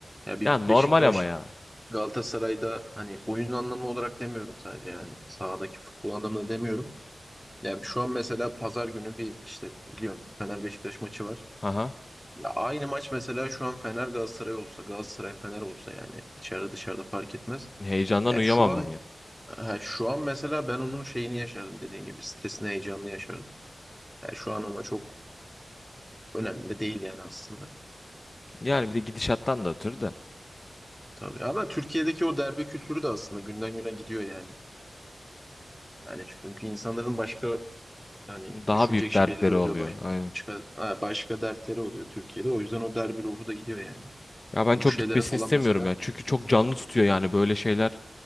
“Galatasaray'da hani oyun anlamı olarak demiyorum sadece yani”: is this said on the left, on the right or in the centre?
Centre